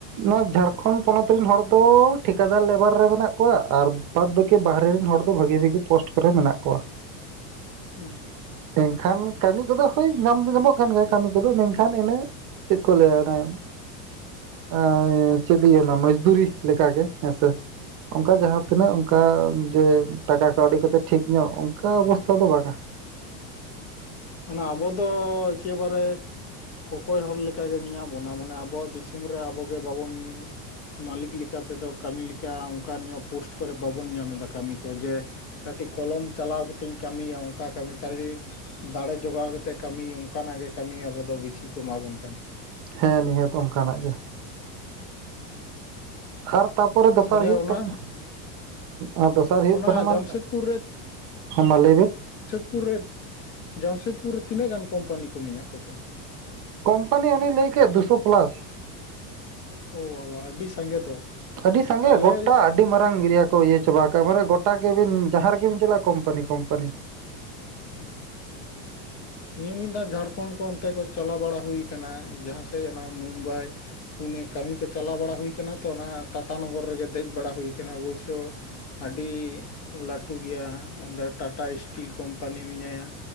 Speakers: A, on the right; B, on the left.
A: ᱱᱚᱣᱟ ᱡᱷᱟᱲᱠᱷᱚᱸᱰ ᱯᱚᱱᱚᱛ ᱨᱮᱱ ᱦᱚᱲ ᱫᱚ ᱴᱷᱤᱠᱟᱹᱫᱟᱨ ᱞᱮᱵᱟᱨ ᱨᱮ ᱢᱮᱱᱟᱜ ᱠᱚᱣᱟ ᱟᱨ ᱵᱟᱫ ᱵᱟᱹᱠᱤ ᱵᱟᱦᱨᱮ ᱨᱮᱱ ᱦᱚᱲ ᱫᱚ ᱵᱷᱟᱜᱤ ᱵᱷᱟᱜᱤ ᱯᱳᱥᱴ ᱠᱚᱨᱮ ᱢᱮᱱᱟᱜ ᱠᱚᱣᱟ ᱾
B: ᱦᱩᱸ
A: ᱮᱱᱠᱷᱟᱱ ᱠᱟᱹᱢᱤ ᱠᱚᱫᱚ ᱦᱳᱭ ᱧᱟᱢ ᱫᱚ ᱧᱟᱢᱚᱜ ᱠᱟᱱ ᱜᱮᱭᱟ ᱠᱟᱹᱢᱤ ᱠᱚᱫᱚ ᱢᱮᱱᱠᱷᱟᱱ ᱤᱱᱟᱹ ᱠᱚ ᱞᱟ. ᱭᱟ ᱚᱱᱮ ᱮ ᱪᱮᱫ ᱤᱧ ᱞᱟ. ᱭᱟᱢᱟ ᱢᱚᱡᱽᱫᱩᱨᱤ ᱞᱮᱠᱟᱜ ᱜᱮ ᱦᱮᱸᱥᱮ ᱚᱱᱠᱟ ᱡᱟᱦᱟᱸ ᱛᱤᱱᱟᱹᱜ ᱚᱱᱠᱟ ᱡᱮ ᱴᱟᱠᱟ ᱠᱟᱹᱣᱰᱤ ᱠᱚᱛᱮ ᱴᱷᱤᱠ ᱧᱚᱜ ᱚᱱᱠᱟ ᱚᱵᱚᱥᱛᱷᱟ ᱫᱚ ᱵᱟᱝ ᱟ ᱾
B: ᱢᱟᱱᱮ ᱟᱵᱚ ᱫᱚ ᱮᱠᱮᱵᱟᱨᱮ ᱠᱚᱠᱚᱭ ᱦᱚᱲ ᱞᱮᱠᱟᱜᱮ ᱢᱮᱱᱟᱜ ᱵᱚᱱᱟ ᱢᱟᱱᱮ ᱟᱵᱚᱣᱟᱜ ᱫᱤᱥᱚᱢ ᱨᱮ ᱟᱵᱚᱜᱮ ᱵᱟᱵᱚᱱ ᱢᱟᱹᱞᱤᱠ ᱞᱮᱠᱟ ᱛᱮᱫᱚ ᱠᱟᱹᱢᱤ ᱞᱮᱠᱟ ᱚᱱᱠᱟ ᱧᱚᱜ ᱯᱳᱥᱴ ᱠᱚᱨᱮ ᱵᱟᱵᱚᱱ ᱧᱟᱢ ᱮᱫᱟ ᱠᱟᱹᱢᱤ ᱠᱚ ᱡᱮ ᱠᱟᱹᱴᱤᱡ ᱠᱚᱞᱚᱢ ᱪᱟᱞᱟᱣ ᱠᱟᱛᱮᱧ ᱠᱟᱹᱢᱤᱭᱟ ᱚᱱᱠᱟ ᱠᱟᱹᱢᱤ <unintelligible> ᱫᱟᱲᱮ ᱡᱚᱜᱟᱣ ᱠᱟᱛᱮ ᱠᱟᱹᱢᱤ ᱚᱱᱠᱟᱱᱟᱜ ᱜᱮ ᱠᱟᱹᱢᱤ ᱟᱵᱚ ᱫᱚ ᱵᱤᱥᱤ ᱠᱚ ᱮᱢᱟᱵᱚᱱ ᱠᱟᱱᱟ ᱾
A: ᱦᱮᱸ ᱱᱤᱦᱟᱹᱛ ᱚᱱᱠᱟᱱᱟᱜ ᱜᱮ ᱾ ᱟᱨ ᱛᱟᱯᱚᱨᱮ ᱫᱚᱥᱟᱨ
B: ᱛᱟᱦᱚᱞᱮ
A: ᱦᱩᱭᱩᱜ
B: ᱚᱱᱟ
A: ᱠᱟᱱᱟ ᱟᱨ ᱫᱚᱥᱟᱨ ᱦᱩᱭᱩᱜ
B: ᱚᱱᱟ
A: ᱠᱟᱱᱟ ᱢᱟ
B: ᱡᱟᱢᱥᱮᱫᱽᱯᱩᱨ
A: ᱦᱟᱸ ᱢᱟ ᱞᱟᱹᱭᱵᱮᱱ
B: ᱯᱩᱨ ᱨᱮ ᱡᱟᱢᱥᱮᱫᱽᱯᱩᱨ ᱨᱮ ᱛᱤᱱᱟᱹᱜ ᱜᱟᱱ ᱠᱳᱢᱯᱟᱱᱤ ᱠᱚ ᱢᱮᱱᱟᱜ ᱠᱚᱛᱮ
A: ᱠᱳᱢᱯᱟᱱᱤ ᱚᱱᱤᱧ ᱞᱟᱹᱭ ᱠᱮᱫ ᱫᱩᱥᱚ ᱯᱞᱟᱥ
B: ᱚ ᱵᱟᱵᱟ ᱟᱹᱰᱤ ᱥᱟᱸᱜᱮ ᱫᱚ
A: ᱟᱹᱰᱤ ᱥᱟᱸᱜᱮ
B: ᱟᱞᱮ
A: ᱜᱚᱴᱟ ᱟᱹᱰᱤ ᱢᱟᱨᱟᱝ ᱮᱨᱤᱭᱟ ᱠᱚ ᱤᱭᱟᱹ ᱪᱟᱵᱟ ᱟᱠᱟᱜᱼᱟ ᱢᱟᱱᱮ ᱜᱚᱴᱟᱜ ᱜᱮᱵᱤᱱ ᱡᱟᱦᱟᱸ ᱨᱮᱜᱮᱵᱤᱱ ᱪᱟᱞᱟᱜᱼᱟ ᱾ ᱠᱳᱢᱯᱟᱱᱤ ᱠᱳᱢᱯᱟᱱᱤ
B: ᱦᱩᱸ ᱱᱤᱭᱟᱹ ᱢᱤᱫ ᱫᱷᱟᱣ ᱡᱷᱟᱲᱠᱷᱚᱸᱰ ᱠᱚ ᱚᱱᱛᱮ ᱠᱚ ᱪᱟᱞᱟᱣ ᱵᱟᱲᱟ ᱦᱩᱭ ᱠᱟᱱᱟ ᱡᱟᱦᱟᱸ ᱥᱮᱡ ᱚᱱᱟ ᱢᱩᱢᱵᱟᱭ ᱯᱩᱱᱮ ᱠᱟᱹᱢᱤ ᱠᱚ ᱪᱟᱞᱟᱣ ᱵᱟᱲᱟ ᱦᱩᱭ ᱠᱟᱱᱟ ᱛᱚ ᱚᱱᱟ ᱴᱟᱴᱟ ᱱᱚᱜᱚᱨ ᱨᱮᱜᱮ ᱫᱮᱡᱽ ᱵᱟᱲᱟ ᱦᱩᱭ ᱠᱟᱱᱟ ᱚᱵᱚᱥᱥᱳᱭ ᱟᱹᱰᱤ ᱞᱟᱹᱴᱩ ᱜᱮᱭᱟ ᱚᱸᱰᱮ ᱴᱟᱴᱟ ᱤᱥᱴᱤᱞ ᱠᱳᱢᱯᱟᱱᱤ ᱠᱳᱢᱯᱟᱱᱤ ᱢᱮᱱᱟᱭᱟ